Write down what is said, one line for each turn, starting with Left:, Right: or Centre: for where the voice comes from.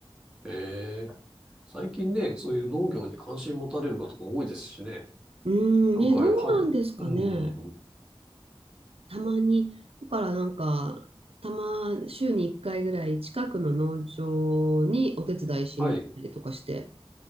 Centre: えー、最近ね、そういう農業に関心持たれる方も多いですしね。
Right: うーん、
Centre: なんか、
Right: ね、どうなんですかね。
Centre: は、うん。
Right: たまに、だからなんか、たま、週に1回ぐらい近くの農場にお手伝いしに行ったりとかして
Centre: はい。